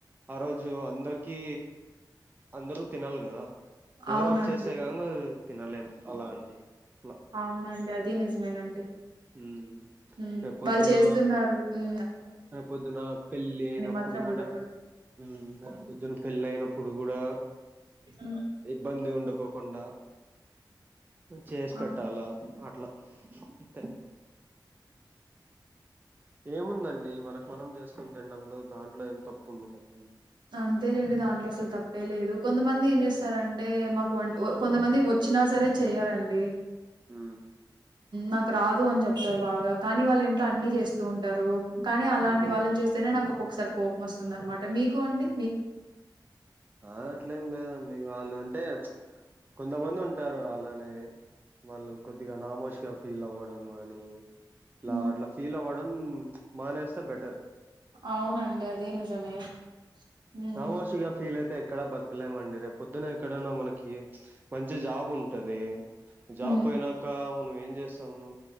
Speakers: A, on the right; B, on the right.
A: ఆ రోజు అందరికి అందరూ తినాలి కదా ఎవరెవరు
B: అవునండి
A: చేసే కాంగ తినలేం అలా అండి అట్లా
B: అవునండి నిజం మేన్ అండి
A: మ్మ్
B: ఉ
A: రేపొద్దున
B: వాళ్ళు చేస్తున్నారు ఉ
A: రేపొద్దున పెళ్లి అయినప్పుడు
B: మాత్రం
A: కూడాఉ
B: ఉండకూడదు
A: రేపొద్దున పెళ్లి అయినప్పుడు గూడా
B: హ్మ్
A: ఇబ్బంది ఉండకోకుండా చేసి
B: ఆ
A: పెట్టాలా అట్లా అంతే ఏముందండి మనకు ఫోన్ చేస్త పుం తినడంలో దాంట్లో ఏం తప్పు ఉంది చెప్ప
B: అంతేలేండి దాంట్లో అసలు తప్పే లేదు. కొంతమంది ఏం చేస్తారంటే,
A: మ్మ్
B: మాకు వంట కొంతమంది వచ్చినా సరే చేయాలండి
A: హ
B: నాకు రాదు అని చెప్తారు. బాగా కానీ వాళ్ళ ఇంట్లో అన్ని చేస్తూ ఉంటారు. కానీ అలాంటి
A: హ్మ్
B: వాళ్ళని చూస్తేనే నాకు ఒక్కసారి కోపం వస్తుంద అనమాట మీకు కోండి
A: ఆ అట్లేం లేదండి వాళ్ళం డన్స్ కొంతమంది ఉంటరు అలా అలానే వాళ్ళు కొద్దిగా నామోష్గా ఫీల్ అవ్వడం అని ఇలా
B: మ్మ్
A: అట్లా ఫీల్ అవ్వడ డం మానేస్తే బెటర్
B: అవునండి అది నిజమే మ్మ్
A: నమోష్గా ఫీల్ అయితే ఎక్కడ బతకలేమండి పొద్దున ఎక్కడన్నా మనకి మంచి జాబ్ ఉంటది జాబ్
B: మ్మ్
A: పోయినాక మన ఏం చేస్తాము